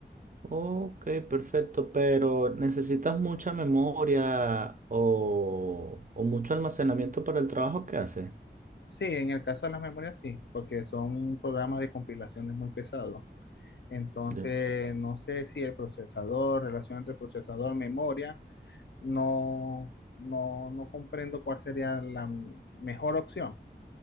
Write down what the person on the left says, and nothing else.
Sí, en el caso de las memorias sí, porque son programas de compilaciones muy pesados. Entonces,
no sé si el procesador, relación entre procesador, memoria. no, no, no comprendo cuál sería la mejor opción.